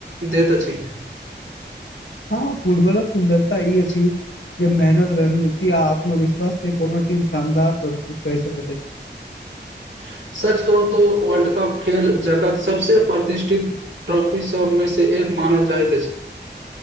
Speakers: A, on the right (about 80°); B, on the left (about 80°).
A: देैत अछि।
B: हँ पुर्वरत सुन्दरता ई अछि। जे मेहनत, रणनीति आ आत्मविश्वास से कोनो टीम शानदार प्रदर्शन कै सकैत अछि।
A: <unintelligible> सच कहू तो, वर्ल्ड कप खेल जगत सबसे प्रतिष्ठित ट्रॉफी सभमें से एक। मानल जायत अइछ।